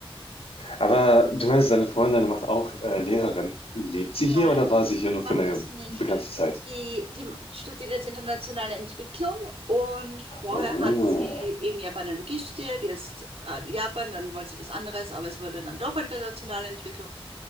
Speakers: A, on the left (about 80°); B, on the right (about 80°).
A: Aber du meinst, deine Freundin macht auch äh, Lehrerin. Lebt sie
B: Nein,
A: hier oder war sie hier nur
B: die macht
A: für eine
B: das nicht.
A: begrenzte Zeit?
B: Die, die studiert jetzt internationale Entwicklung und vorher
A: Oh,
B: hat sie eben Japanologie studiert, jetzt äh, Japan, dann wollte sie was anderes, aber es wurde dann doch internationale Entwicklung.